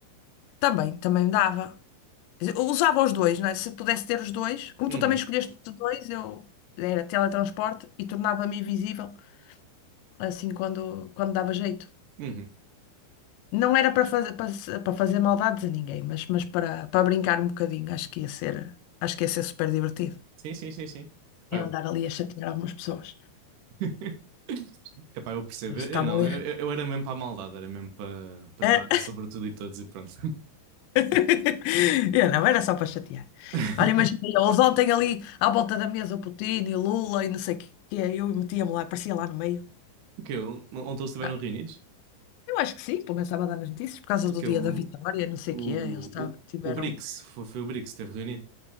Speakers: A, on the left; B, on the right.
A: Também, também dava. Quer dizer, Eu usava os dois, não é? Se pudesse ter os dois, como
B: Uhum,
A: tu também escolheste dois, eu era teletransporte e tornava-me invisível assim quando, quando dava jeito.
B: uhum.
A: Não era para fazer, para, se- para fazer maldades a ninguém, mas, mas para, para brincar um bocadinho, acho que ia ser, acho que ia ser super divertido.
B: Sim, sim, sim, sim. Epá,
A: em
B: eu...
A: andar ali a chatear algumas pessoas.
B: <laughs> Epá, eu percebo.
A: Eles
B: Eu
A: estavam
B: eu não,
A: ali.
B: eu, eu eu era mesmo para a maldade, era mesmo para para
A: Hã?
B: ter poder sobre tudo e todos e pronto.
A: <laughs> Eu não, era só para chatear.
B: <laughs>
A: Olha, imagina, eles ontem ali à volta da mesa, o Putin e o Lula e não sei o quê, eu metia-me lá, aparecia lá no meio.
B: O que Ontem eles estiveram
A: Ah,
B: reunidos?
A: Eu acho que sim, pelo menos estava a dar nas notícias, por causa
B: O
A: do
B: que
A: dia da vitória, não sei
B: O,
A: o quê, eles estavam-
B: o,
A: tiveram,
B: o BRICS, foi, foi o BRICS que esteve reunido.